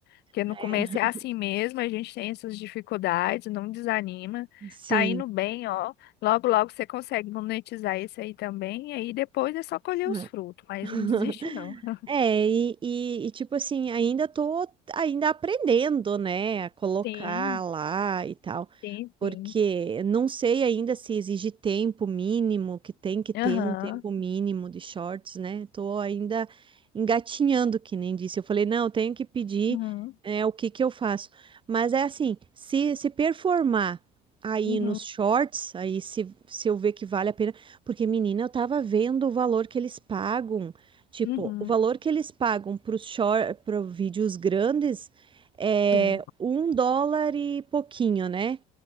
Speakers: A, on the left; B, on the right.
A: Porque no
B: É,
A: começo é assim mesmo, a gente tem essas dificuldades, não desanima.
B: sim.
A: Tá indo bem, ó. Logo, logo você consegue monetizar isso aí também, e aí depois é só colher os
B: É.
A: frutos, mas
B: <laughs>
A: não desiste, não. <laughs>
B: É, e, e- e, tipo assim, ainda tô ainda aprendendo, né, a colocar
A: Sim,
B: lá e tal,
A: sim,
B: porque
A: sim.
B: não sei ainda se exige tempo mínimo, que tem que ter
A: Aham,
B: um tempo mínimo de shorts, né? Tô ainda engatinhando, que nem disse. Eu falei, não, eu tenho que pedir,
A: aham,
B: é, o que que eu faço. Mas é assim, se, se performar aí
A: uhum,
B: nos shorts, aí se, se eu ver que vale a pena, porque menina, eu tava vendo o valor que eles pagam. Tipo,
A: uhum,
B: o valor que eles pagam para os para vídeos grandes é
A: sim,
B: um dólar e pouquinho, né?